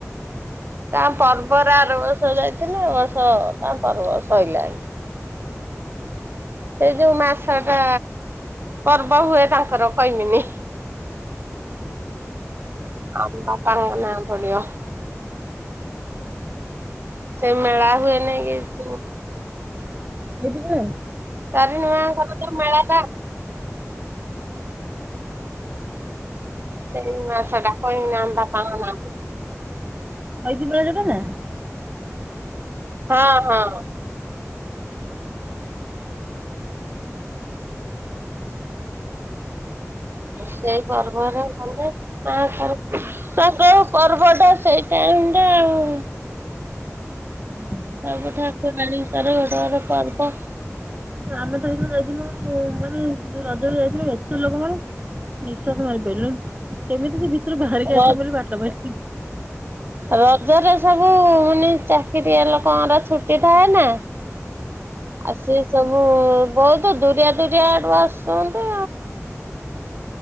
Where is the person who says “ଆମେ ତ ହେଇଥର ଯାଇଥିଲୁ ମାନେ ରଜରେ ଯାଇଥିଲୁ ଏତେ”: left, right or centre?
Right